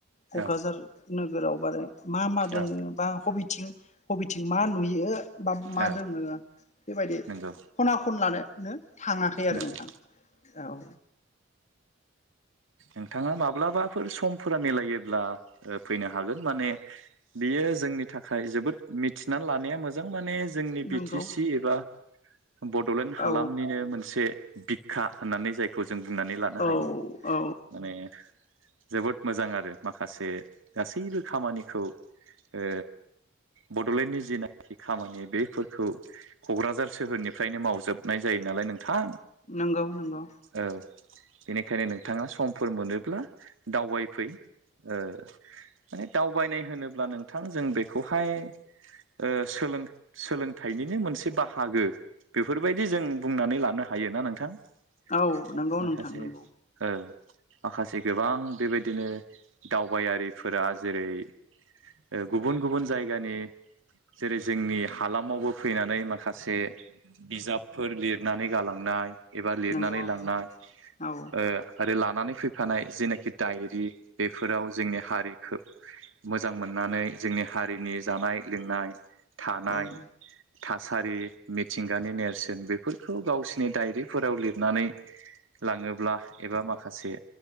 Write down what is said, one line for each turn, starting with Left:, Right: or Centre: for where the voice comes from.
Left: क'क्राझार
Right: औ
Left: नोगोराव बा आरो मा मा दङो
Right: औ
Left: बा। हबिथिं हबिथिं मा नुयो। बा मा
Right: औ
Left: दोङो बेबायदि
Right: नंगौ
Left: खना खनलानोनो थाङाखै आरो
Right: नंगौ
Left: नोंथां औ
Right: नोंथाङा माब्लाबाफोर समफोरा मिलायोब्ला फैनो हागोन माने बियो जोंनि थाखाय जोबोद मिथिनानै लानाया मोजां माने जोंनि
Left: नंगौ
Right: बिटि सि एबा बड'लेण्ड हालामनिनो
Left: औ
Right: मोनसे बिखा होननानै जायखौ जों बुंनानै लानो
Left: औ
Right: हायो
Left: औ
Right: माने जोबोद मोजां आरो माखासे गासैबो खामानिखौ ओ बड'लेण्डनि जिनाखि खामानि बेफोर खौ क'क्राझार सोहोरनिफ्रायनो मावजोबनाय जायो नालाय नों थां
Left: नंगौ नंगौ
Right: औ बेनिखायनो नोंथाङा समफोर मोनोब्ला दावबायफै ओ माने दावबायनाय होनोब्ला नोंथां जों बेखौहाय ओ सोलों सोलोंथाइनिनो मोनसे बाहागो बेफोरबायदि जों बुंनानै लानो हा- हायोना नोंथां माखासे
Left: औ नंगौ नोंथां नंगौ
Right: औ माखासे गोबां बेबायदिनो दावबायारिफोरा जेरै ओ गुबुन गुबुन जायगानि जेरै जोंनि हालामावबो फैनानै माखासे बिजाबफोर लिरनानै गालांनाय एबा लिरनानै
Left: नंगौ
Right: लांनाय
Left: औ
Right: ओ आरो लानानै फैफानाय जेनाखि दायरि बेफोराव जोंनि हारिखौ मोजां मोननानै जोंनि हारिनि जानाय लोंनाय थानाय
Left: औ
Right: थासारि मिथिंगानि नेरसोन बेफोरखौ गावसिनि दायरिफोराव लिरनानै लाङोब्ला एबा माखासे